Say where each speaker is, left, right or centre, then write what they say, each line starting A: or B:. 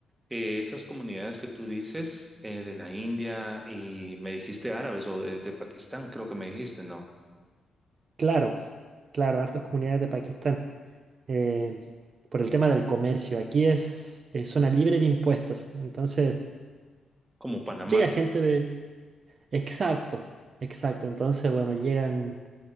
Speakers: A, on the right; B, on the right.
A: eh, esas comunidades que tú dices eh, de la India y me dijiste árabes o de, de Pakistán, creo que me dijiste, ¿no?
B: Claro, claro, hartas comunidades de Pakistán. Eh, por el tema del comercio, aquí es eh, zona libre de impuestos. Entonces,
A: Como Panamá.
B: llega gente de... Exacto, exacto. Entonces, bueno, llegan